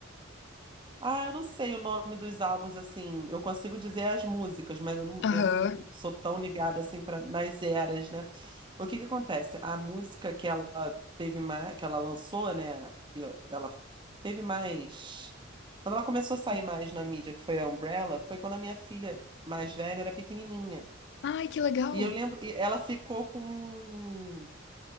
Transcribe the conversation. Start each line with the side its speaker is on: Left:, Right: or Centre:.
Right: Ah, eu não sei o nome dos álbuns, assim. Eu consigo dizer as músicas, mas eu não,
Left: Aham.
Right: eu não sou tão ligada, assim, pra, nas eras, né? O que que acontece? A música que ela teve mais, que ela lançou, né? Que ela teve mais. Quando ela começou a sair mais na mídia, que foi a Umbrella, foi quando a minha filha mais velha era pequenininha.
Left: Ai, que legal.
Right: E eu lembro, e ela ficou com